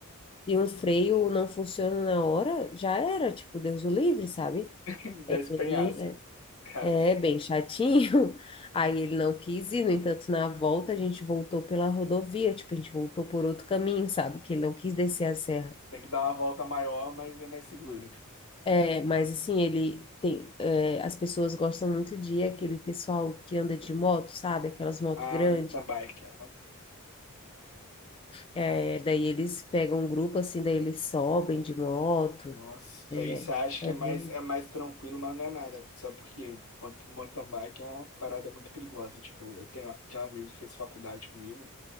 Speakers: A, on the left (about 25°); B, on the left (about 75°).
A: e um freio não funciona na hora, já era, tipo, Deus o livre, sabe?
B: <laughs> desse
A: Bem,
B: penhasco. Caramba.
A: é, é bem chatinho. <laughs> Aí ele não quis ir, no entanto, na volta a gente voltou pela rodovia, tipo, a gente voltou por outro caminho, sabe? Que ele não quis descer a serra.
B: Tem que dar uma volta maior, mas é mais seguro.
A: É, mas assim, ele tem. é, as pessoas gostam muito de aquele pessoal que anda de moto, sabe? Aquelas motos
B: Ah,
A: grandes.
B: mountain bike. aham.
A: É, daí eles pegam um grupo assim, daí eles sobem de moto.
B: Nossa,
A: É,
B: isso aí você acha
A: é
B: que é mais,
A: bem.
B: é mais tranquilo, mas não é nada. Sabe por quê? Mount- Mountain bike é uma parada muito perigosa. Tipo, eu tenho, tinha um amigo que fez faculdade comigo,